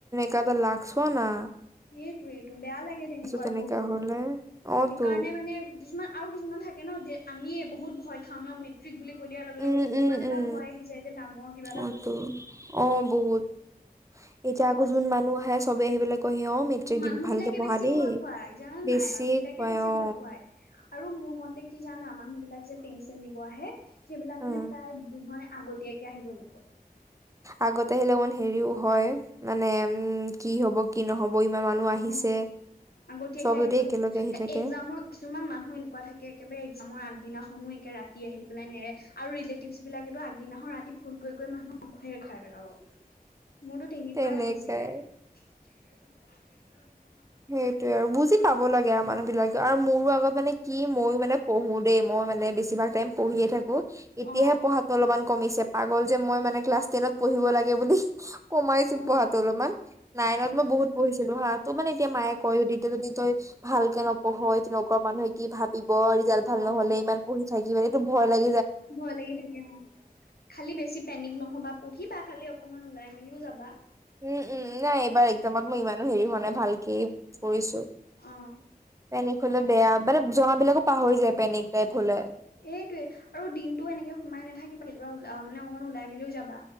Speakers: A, on the right; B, on the left.
A: কাজে লাক চোৱানা।
B: সেইটোয়েইটো বেয়া লাগে তেনেকুৱাত
A: তেনেকা
B: বহুত,
A: হলে অ
B: সেইকাৰণে
A: তো
B: মানে কিছুমান আৰু কিছুমান থাকে ন যে আমিয়ে বহুত বহুত ভয় খাও ন মেট্ৰিক বুলি কৈ দিয়াৰ লগে লগে
A: উম
B: কিমান
A: উম-
B: এটা
A: উম,
B: ভয় আহি যায় যে ডাঙৰ কিবা এটা
A: অ
B: বস্তু
A: তো অ বহুত, এতিয়া
B: ভয়
A: আকৌ যোন মানুহ আহে চবে আহি পেলাই কয়হি অ মেট্ৰিক
B: মানুহ
A: দি ভালকে
B: বিলাকে
A: পঢ়া
B: বেছি
A: দেই
B: ভয় খুৱাই জানা
A: বেছিয়ে
B: নাই, মানুহ বিলাকে
A: কয়
B: বেছি
A: অ
B: ভয় খুৱায় আৰু মোৰ মতে কি জানা মানুহ বিলাক যে পেন ছেন দিব আহে সেইবিলাক
A: উম
B: মানে প্ৰায় দুঘনে আগতীয়াকে আহিব লাগে।
A: আগতে আহিলে অকমান হেৰিও হয় মানে উম কি হ'ব কি নহ'ব ইমান মানুহ আহিছে
B: অ আগতীয়াকে
A: চব
B: আহিিব
A: যদি একেলগে আহি থাকে
B: একজামৰ কিছুমান মানুহ এনেকুৱা থাকে একেবাৰে এক্জামৰ আগদিনাখনো একে ৰাতি আহি পেলাই নেৰে আৰু ৰিলেটিভছ বিলাকেতো আগদিনাখন ৰাতি ফোন কৰি কৰি মানুহ খাই পেলাব, মোৰতো তেনেকুৱাই
A: তেনেকাই
B: হৈছিলে। <inaudible> <inaudible>
A: সেইটোৱে আৰু বুজি পাব লগিয়া আৰু
B: উম,
A: মানুহ বিলাকে আৰু মোৰো আগত মানে কি ময়ো মানে পঢ়ো দেই মই মানে বেছিভাগ টাইম পঢ়িয়ে থাকো এতিয়াহে
B: অ
A: পঢ়াটো অলপমান কমিছে পাগল যে মই মানে ক্লাছ টেনত পঢ়িব লাগে বুলি কমাইছো
B: অ
A: পঢ়াতো অলপমান নাইনত
B: উম
A: মই বহুত পঢ়িছিলো হা ত মানে তইও তেতিয়া যদি তই ভালকে নপঢ়ই তেনেকুৱা মানুহে কি ভাবিব ৰিজাল্ট ভাল
B: অ
A: নহ'লে ইমান পঢ়ি থাকিব মানে ভয় লাগ
B: ভয় লাগি থাকে অ খালি বেছি পেনিক নহবা পহিবা খালি অকমান ওলাই মেলিও যাবা
A: উম উম নাই এইবাৰ একজামৰ মো ইমানো হেৰি হোৱা নাই ভালকে কৰিছো
B: অ
A: পেনিক হলে বেয়া মানে জনাবিলাকো পাহৰি যায় পেনিক টাইপ হলে
B: এইটোৱে আৰু দিনটো এনেকে সোমাই নাথাকিবা কেতিয়াবা ওলা মানে অকমান ওলাই মেলিও যাবা